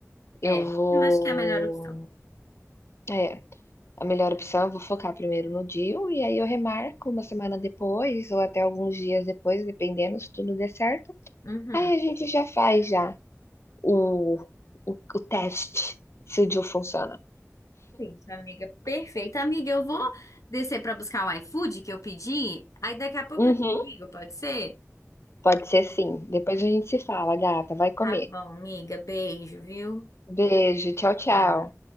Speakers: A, on the left; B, on the left.
A: Eu
B: É,
A: vou
B: eu acho que é a melhor opção.
A: é, A melhor opção, eu vou focar primeiro no DIU e aí eu remarco uma semana depois ou até alguns dias depois, dependendo se tudo der certo.
B: Uhum.
A: Aí a gente já faz já o o o teste se o DIU funciona.
B: É Isso, amiga. Perfeito. Amiga, eu vou descer pra buscar o iFood que eu pedi, aí daqui a pouco
A: Uhum,
B: eu te ligo, pode ser?
A: pode ser sim. Depois a gente se fala, gata, vai comer.
B: Tá bom, amiga. Beijo, viu?
A: Beijo, tchau, tchau.
B: Tchau.